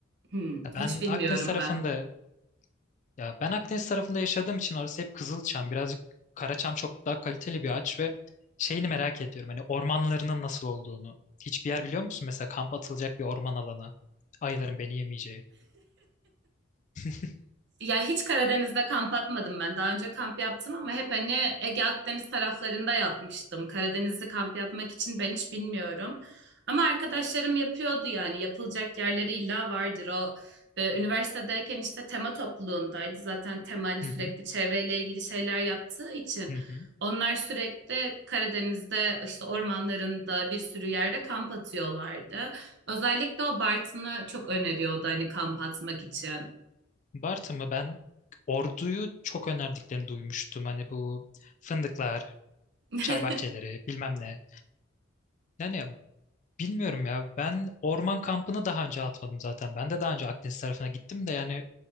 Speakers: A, on the right; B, on the left.
A: Hmm,
B: Ya Ben
A: hiç bilmiyorum
B: Akdeniz tarafında
A: ben.
B: Ya ben Akdeniz tarafında yaşadığım için orası hep Kızılçam. Birazcık Karaçam çok daha kaliteli bir ağaç ve şeyini merak ediyorum. Hani ormanlarının nasıl olduğunu. Hiçbir yer biliyor musun? Mesela kamp atılacak bir orman alanı. Ayıların beni yemeyeceği. <laughs>
A: Ya hiç Karadeniz'de kamp atmadım ben. Daha önce kamp yaptım ama hep hani Ege Akdeniz taraflarında yapmıştım. Karadeniz'de kamp yapmak için ben hiç bilmiyorum. Ama arkadaşlarım yapıyordu yani yapılacak yerleri illa vardır. O e, üniversitedeyken işte tema topluluğundaydı. Zaten tema hani
B: Hı
A: sürekli
B: hı,
A: çevreyle ilgili şeyler yaptığı için
B: hı hı.
A: onlar sürekli Karadeniz'de işte ormanlarında bir sürü yerde kamp atıyorlardı. Özellikle o Bartın'ı çok öneriyordu hani kamp atmak için.
B: Bartın mı? Ben Ordu'yu çok önerdiklerini duymuştum. Hani bu fındıklar,
A: <laughs>
B: çay bahçeleri, bilmem ne. Yani Bilmiyorum ya. Ben orman kampını daha önce atmadım zaten. Ben de daha önce Akdeniz tarafına gittim de yani